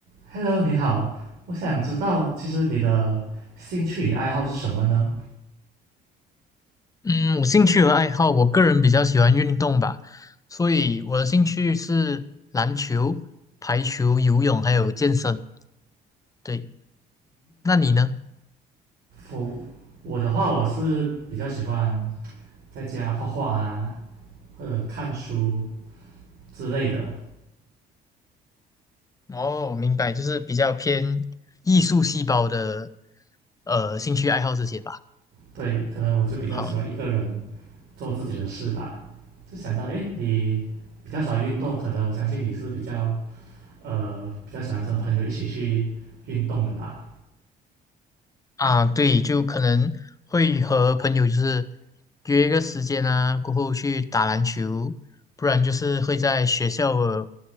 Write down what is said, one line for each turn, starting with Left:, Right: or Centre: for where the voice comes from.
Right: Hello，你好，我想知道，其实你的兴趣与爱好是什么呢？
Left: 嗯，我兴趣和爱好，我个人比较喜欢运动吧，所以我的兴趣是篮球、排球、游泳还有健身。对，那你呢？
Right: 我我的话，我是比较喜欢在家画画啊，或者看书之类的。
Left: 哦，明白，就是比较偏艺术细胞的呃兴趣爱好这些吧。
Right: 对，可能我就比较喜欢一个人
Left: 好，
Right: 做自己的事吧。就想到，诶，你比较喜欢运动，可能我相信你是比较呃比较喜欢跟朋友一起去运动的吧？
Left: 啊，对，就可能会和朋友就是约一个时间啊，过后去打篮球，不然就是会在学校的